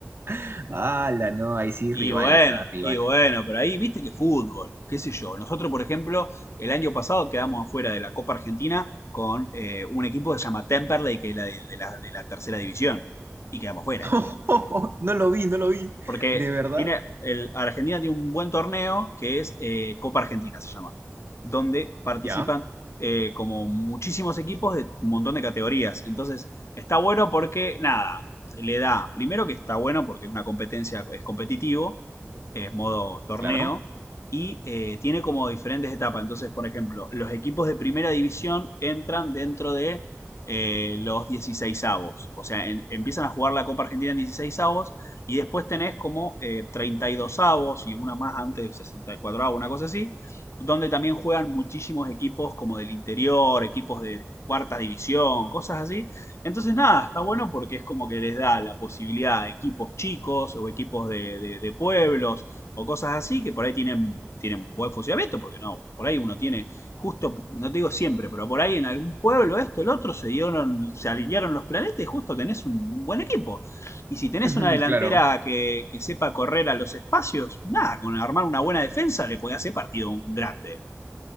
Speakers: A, on the right (about 50°); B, on the left (about 60°).
A: <laughs> la no, ahí sí,
B: Y
A: rivales,
B: bueno,
A: ah, rivales.
B: y bueno, pero ahí viste que fútbol, qué sé yo. Nosotros, por ejemplo, el año pasado quedamos afuera de la Copa Argentina con eh, un equipo que se llama Temperley, que es la de, de la, de la tercera división, y quedamos fuera.
A: <laughs> No lo vi, no lo vi.
B: Porque
A: ¿De verdad?
B: tiene el, Argentina tiene un buen torneo que es eh, Copa Argentina, se llama, donde participan
A: Ya,
B: eh, como muchísimos equipos de un montón de categorías. Entonces, está bueno porque, nada, le da, primero que está bueno porque es una competencia, es competitivo, es modo torneo,
A: claro.
B: y eh, tiene como diferentes etapas. Entonces, por ejemplo, los equipos de primera división entran dentro de eh, los 16 O sea, en- empiezan a jugar la Copa Argentina en 16 y después tenés como eh, 32 avos y una más antes, de 64 avos, una cosa así, donde también juegan muchísimos equipos como del interior, equipos de cuarta división, cosas así. Entonces, nada, está bueno porque es como que les da la posibilidad a equipos chicos o equipos de, de- de pueblos o cosas así que por ahí tienen, tienen buen funcionamiento, porque no, por ahí uno tiene, justo, no te digo siempre, pero por ahí en algún pueblo esto, el otro, se dieron, se alinearon los planetas y justo tenés un buen equipo. Y si tenés
A: <laughs> Ujú,
B: una delantera
A: Claro.
B: que, que sepa correr a los espacios, nada, con armar una buena defensa le podés hacer partido un grande.